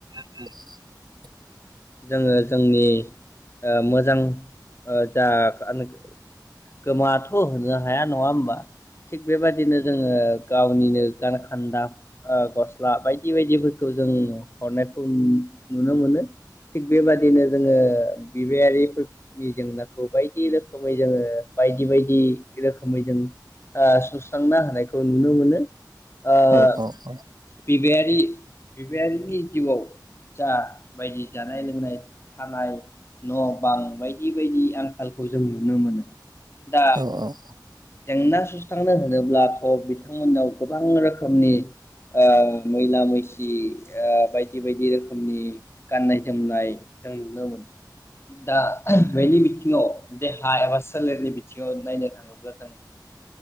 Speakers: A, on the right; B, on the left.
A: <unintelligible>
B: जोङो जोंनि ओ मोजां ओ जा आनोक गोबांङाथ' होनो हाया नङा होमबा? थिग बेबायदिनो जोङो गावनिनो गानखान्दा ओ गस्ला बायदि बायदिफोरखौ जों हरनायखौ नुनो मोनो। थिग बेबादिनो जोङो बिबायारिफोरनि जेंनाखौ बायदि रोखोमै जोङो बायदि बायदि रोखोमै जों ओ सुस्रांना होनायखौ नुनो मोनो। ओ
A: औ औ औ।
B: बिबायारि बिबायारिनि जिउआव जा बायदि जानाय लोंनाय थानाय न' बां बायदि बायदि आंखालखौ जों नुनो मोनो। दा
A: औ औ।
B: जेंना सुस्रांनो होनोब्लाथ' बिथांमोननाव गोबां रोखोमनि ओ मैला मैसि ओ बायदि बायदि रोखोमनि गाननाय जोमनाय जों नुनो मोनो। दा बेनि बिथिङाव देहा एबा सोलेरनि बि थियन नायनो थाङोब्ला जों